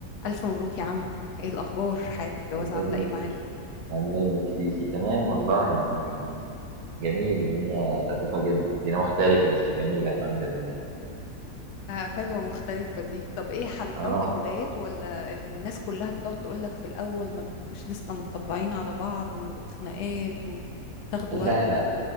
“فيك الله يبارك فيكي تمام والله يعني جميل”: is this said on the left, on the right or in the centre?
Right